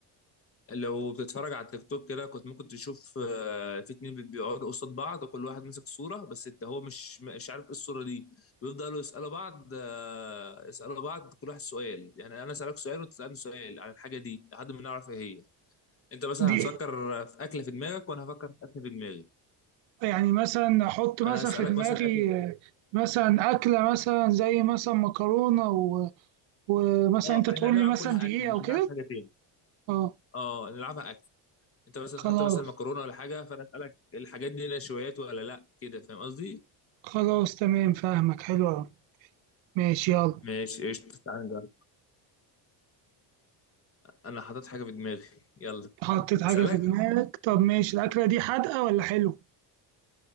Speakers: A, on the left (about 30°); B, on the right (about 80°).
A: لو بتتفرج على التيك توك كده كنت ممكن تشوف آه في اتنين بي- بيقعدوا قصاد بعض وكل واحد ماسك صوره بس انت هو مش مش عارف ايه الصوره دي بيفضلوا يسالوا بعض آه يسالوا بعض كل واحد سؤال يعني انا اسالك سؤال وتسالني سؤال عن الحاجه دي لحد ما نعرف ايه هي انت مثلا
B: دي
A: هتفكر في اكله في دماغك وانا هفكر في اكله في دماغي
B: يعني مثلا احط مثلا
A: انا اسالك
B: في دماغي
A: مثلا اكل
B: آه، مثلا اكله مثلا زي مثلا مكرونه و- ومثلا
A: اه
B: انت
A: احنا
B: تقول
A: هنلعب
B: لي مثلا
A: كلها
B: دي
A: اكل
B: ايه
A: مش
B: او كده
A: هنلعب حاجه تاني
B: اه
A: اه نلعبها اكل انت مثلا
B: خلاص
A: تحط مثلا مكرونه ولا حاجه فانا اسالك الحاجات دي نشويات ولا لا كده فاهم قصدي
B: خلاص تمام فاهمك حلو أوي. ماشي يلا
A: ماشي قشطة تعالى نجرب انا حاطط حاجه في دماغي يلا
B: حطيت حاجه
A: اسالك
B: في دماغك طب ماشي الاكله دي حادقه ولا حلو